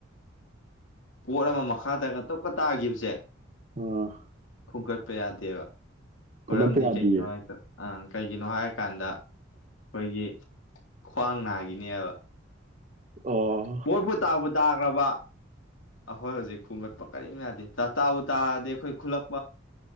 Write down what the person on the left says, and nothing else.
ꯄꯣꯠ ꯑꯃ ꯃꯈꯥꯗ ꯇꯞꯀ ꯇꯥꯈꯤꯕꯖꯦ
ꯈꯣꯡꯀꯠ ꯌꯥꯗꯦꯕ
ꯃꯔꯝꯗꯤ
ꯀꯩꯒꯤꯅꯣ ꯍꯥꯏꯗ ꯑ ꯀꯩꯒꯤꯅꯣ ꯍꯥꯏ ꯀꯥꯟꯗ ꯑꯩꯈꯣꯏꯒꯤ ꯈ꯭ꯋꯥꯡ ꯅꯥꯈꯤꯅꯦꯕ
ꯃꯣꯏꯕꯨꯨ ꯇꯥꯕꯨ ꯇꯥꯒ꯭ꯔꯥꯕ ꯑꯩꯈꯣꯏ ꯍꯧꯖꯤꯛ ꯈꯣꯡꯒꯠꯄ ꯀꯔꯤꯝ ꯌꯥꯗꯦ ꯇꯥ ꯇꯥꯕꯨ ꯇꯥꯔꯗꯤ ꯑꯩꯈꯣꯏ ꯈꯨꯂꯞ